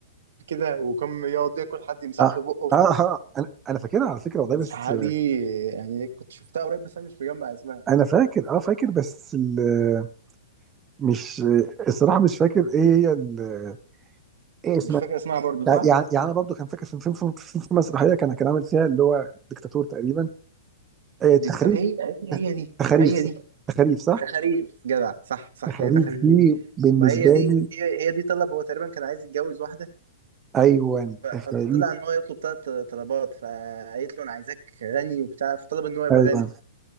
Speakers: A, on the right (about 70°); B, on the right (about 15°).
A: كده وكان يقعد ياكل حد يمسح
B: اه
A: له بقه
B: اه آه، انا انا فاكرها على فكره والله
A: المسرحية
B: بس
A: دي يعني كنت شفتها قريب بس أنا مش مجمع اسمها
B: انا فاكر اه فاكر بس ال- مش الصراحه مش فاكر ايه هي ال- ايه اسمها
A: مش فاكر اسمها برضو
B: يعني
A: صح؟
B: يعني انا برضو كان فاكر في فيلم في في- في مسرحيه كان كان عامل فيها اللي هو ديكتاتور تقريبا إيه تخريف
A: دي كت... هي هي هي دي
B: تخاريف
A: هي
B: صح؟
A: دي
B: تخاريف صح
A: تخاريف جدع صح صح
B: تخاريف
A: هي تخاريف
B: دي
A: دي
B: بالنسبه
A: ما هي دي
B: لي
A: هي هي دي طلب هو تقريبا كان عايز يتجوز واحدة
B: ايوه
A: ف- فطلع
B: تخاريف
A: ان هو يطلب ثلاث طلبات فقالت له انا عايزاك غني وبتاع فطلب ان هو يبقى
B: ايوه
A: غني